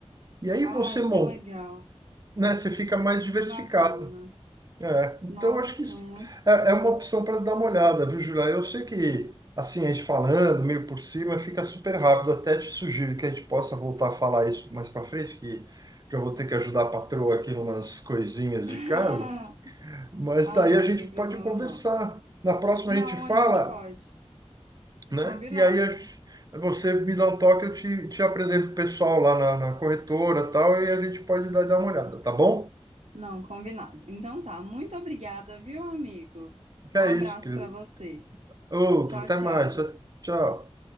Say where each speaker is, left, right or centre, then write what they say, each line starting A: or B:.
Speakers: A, on the right; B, on the right.
A: E aí
B: Ah,
A: você, mon-
B: que legal.
A: né, você fica mais diversificado.
B: Que bacana.
A: É, então
B: Nossa,
A: acho que isso
B: muito.
A: é, é uma opção para dar uma olhada, viu, Julia? Eu sei que assim a gente falando meio por cima fica super rápido. Até te sugiro que a gente possa voltar a falar isso mais para frente, que já vou ter que ajudar a patroa aqui numas coisinhas
B: <laughs>
A: de casa. Mas
B: Ah,
A: daí
B: não,
A: a gente
B: não tem problema
A: pode conversar.
B: não.
A: Na próxima
B: Não,
A: a gente fala,
B: a gente pode.
A: né?
B: Combinado.
A: E aí a gente- você me dá um toque, eu te, te apresento o pessoal lá na, na corretora e tal, e a gente pode dar, dar uma olhada, tá bom?
B: Não, combinado. Então tá, muito obrigada, viu, amigo? Um
A: É
B: abraço
A: isso, querido.
B: pra você.
A: Outro,
B: Tchau,
A: até
B: tchau.
A: mais. Tchau.